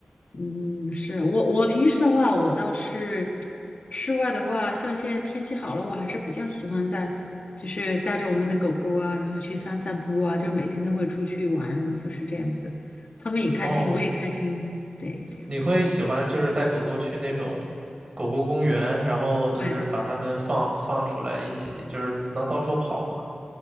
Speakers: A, on the left; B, on the right.
A: 嗯，是我我平时的话，我倒是室外的话，像现在天气好了，我还是比较喜欢在就是带着我们的狗狗啊，然后去散散步啊，就每天都会出去玩，就是这样子，他们也开心，
B: 哦。
A: 我也开心，对，这样。
B: 你会喜欢就是带狗狗去那种狗狗公园，然后就是把它们放放出来一起，
A: 对
B: 就是能到处跑吗？